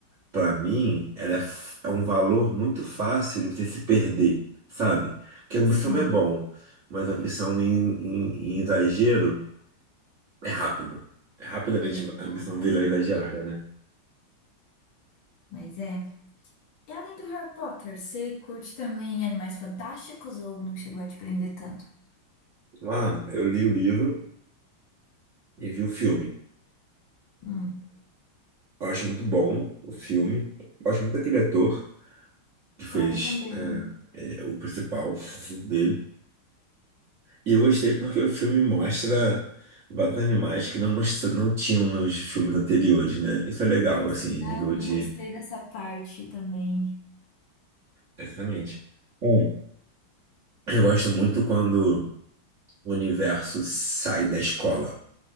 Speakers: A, on the right (about 50°); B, on the left (about 70°).
A: Pra mim, ela é, f- é um valor muito fácil de você se perder, sabe? Que ambição
B: sim.
A: é bom, mas
B: É.
A: ambição em, em- em exagero é rápido. É Rapidamente
B: Exatamente.
A: a ambição virou exagerada, né?
B: Mas é. E além do Harry Potter, você curte também Animais Fantásticos ou não chegou a te prender tanto?
A: Ah, eu li o livro e vi o filme.
B: Hum.
A: Eu acho muito bom o filme. Eu gosto muito daquele ator que fez
B: Ah, eu também.
A: é, é, o principal dele. E eu gostei porque o filme mostra vários animais que não, mostra, não tinham nos filmes anteriores, né? Isso é legal,
B: Exato,
A: assim, nível de.
B: eu gostei dessa parte também.
A: Exatamente. Hum. Eu gosto muito quando o universo sai da escola,